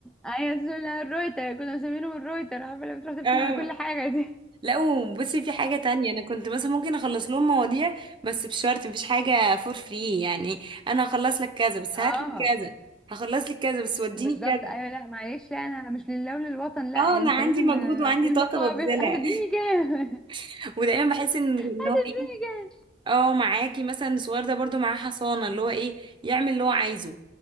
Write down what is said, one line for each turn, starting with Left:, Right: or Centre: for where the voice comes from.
Centre: ايوه سولا الرويتر كنا مسمينهم الرويتر عارفه لما تروح تفتن
Right: اه
Centre: على كل حاجه دي
Right: لا وبصي في حاجه تانية انا كنت مثلا ممكن اخلص لهم مواضيع بس بشرط مفيش حاجه فور فري يعني انا هخلص لك كذا بس
Centre: اه
Right: هات لي كذا هخلص لك كذا بس وديني
Centre: بالظبط
Right: كذا
Centre: ايوه لا معلش لا انا مش لله وللوطن لا
Right: اه انا
Centre: انت
Right: عندي
Centre: لازم
Right: مجهود
Centre: آه،
Right: وعندي
Centre: إيه المقابل
Right: طاقه ببذلها
Centre: هتديني كام
Right: <laughs> ودايما بحس ان إن
Centre: <laughs> هتديني
Right: هو إيه؟
Centre: كام
Right: اه معاكي مثلا الصغير ده برضو معاه حصانة اللي هو ايه يعمل اللي هو عايزه